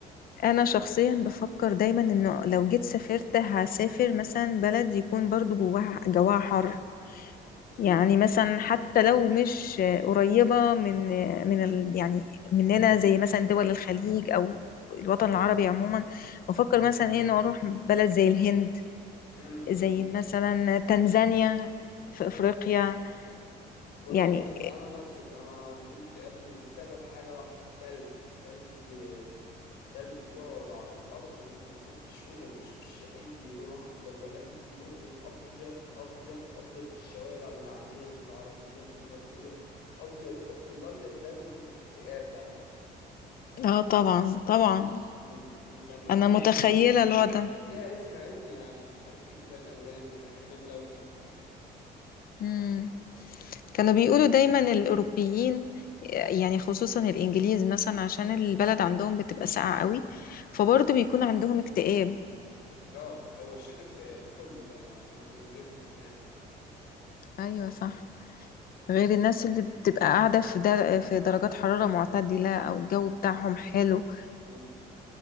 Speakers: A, on the left (about 60°); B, on the left (about 85°).
A: انا شخصيا بفكر دايما انه لو جيت سافرت هسافر مثلا بلد يكون برضو جواها جواها حر
B: امم
A: يعني مثلا حتى لو مش قريبة من من ال يعني مننا زي مثلا دول الخليج او الوطن العربي عموما بفكر مثلا ايه انه اروح بلد زي الهند
B: امم
A: زي
B: امم
A: مثلا تنزانيا في افريقيا
B: والله
A: يعني
B: انا انا نفسك انا بيجي لي اكتئاب من- بسبب حاجه واحده التلج تلج تلج بيقعد على الارض ممكن ست شهور ما بتشوفش اي لون اخضر ولا اي لون غير ابيض ابيض ابيض في الشوارع والعماير والعربيات متغطيه ابيض ب... الابيض ده بيجيب لك اكتئاب بعد فتره
A: اه طبعا طبعا
B: امم بيسموها
A: انا
B: ايه
A: متخيله
B: مش فاكر
A: الوضع
B: كده ليها اسم علمي يعني مش عارف ايه كده الالوان ولا حرمان لوني او حاجه كده
A: امم كانوا
B: مم.
A: بيقولوا دايما الاوروبيين يعني خصوصا الانجليز مثلا عشان البلد عندهم بتبقى ساقعه قوي فبرضه بيكون عندهم اكتئاب
B: اه هو الشتاء اكتئاب كله بقى ما- من غير استثناء يعني
A: ايوه صح غير الناس اللي بتبقى قاعده في در... في درجات حراره معتدله او الجو بتاعهم حلو
B: امم